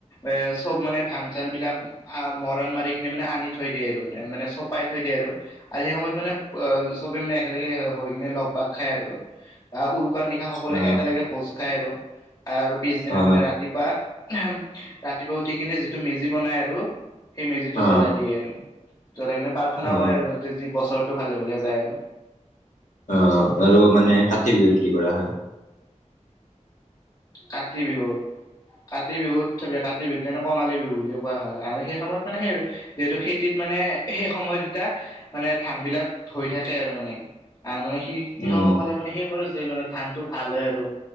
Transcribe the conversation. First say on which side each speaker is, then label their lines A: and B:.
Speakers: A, on the left; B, on the left.
A: এ চব মানে ধান চান বিলাক আ, মৰাণ মাৰি কিনি মানে আনি থৈ দিয়ে আৰু মানে-মানে চপাই থৈ দিয়ে আৰু সেই সময়ত মানে <unintelligible> চবে মানে একেলগে হৈ কিনে লগ ভাগ খাই আৰু বা উৰু শুকান নিশা
B: আচ্ছা
A: সকলোৱে একেলগে ভোজ খায় আৰু। আৰু পিছদিনা
B: অ
A: মানে ৰাতিপুৱা-ৰাতিপুৱা উঠি কিনে যিটো মেজি বনাই আৰু সেই মেজিটো
B: অ অ
A: জ্বলাই দিয়ে আৰু। জ্বলাই কিনে প্ৰাৰ্থনা
B: অ
A: কৰে আৰু মানে যি বছৰটো ভালে-ভালে যায় আৰু।
B: অহ, আৰু মানে কাতি বিহুত কি কৰা হয়?
A: কাতি বিহুৰ? কাতি বিহুত চাবি কাতি বিহুতে কঙালী বিহু বুলিও কোৱা হয় আৰু সেই সময়ত মানে সেই আৰু যিহেতু খেতিত মানে সেই সময়ত এতিয়া মানে ধান বিলাক হৈ থাকে আৰু মানে আৰু মানে সে কৃষকসকলে
B: উম
A: মানে সেই কৰে যে মানে ধানটো ভাল হয় আৰু